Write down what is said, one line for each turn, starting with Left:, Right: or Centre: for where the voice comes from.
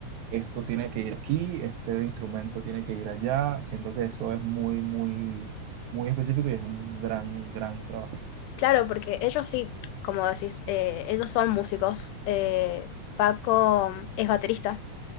Right: esto tiene que ir aquí, este instrumento tiene que ir allá. Siento que eso es muy, muy, muy específico y es un gran, gran trabajo.
Left: claro, porque ellos sí, como decís, eh, ellos son músicos. eh, Paco es baterista